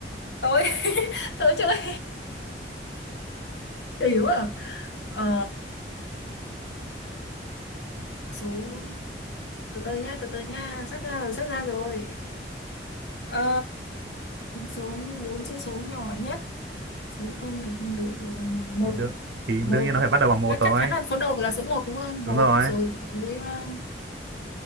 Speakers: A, on the left (about 80°); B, on the right (about 90°).
A: tôi <laughs> tôi chơi hiểu à ờ, số từ từ nhá từ từ nhá sắp ra rồi sắp ra rồi Ờ, số bốn chữ số nhỏ nhất số không thì không được rồi. một
B: thì được thì
A: một
B: đương nhiên nó phải bắt đầu bằng một
A: Ờ,
B: thôi
A: chắc chắn là số đầu là số một đúng không
B: đúng
A: một
B: rồi
A: rồi tới ờ,